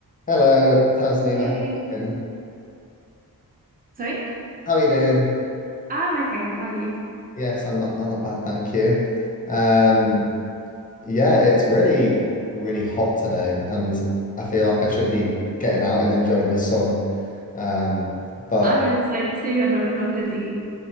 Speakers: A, on the left; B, on the right.
A: Hello, Tasneema.
B: Hey,
A: How are you doing?
B: sorry?
A: How are you doing?
B: I'm okay. How are you?
A: Yes, I'm not. I'm not bad, thank you. Um, yeah, it's really, really hot today, and I feel like I should be getting out and enjoying the sun. Um, but
B: I'm inside too, and I'm in a hoodie.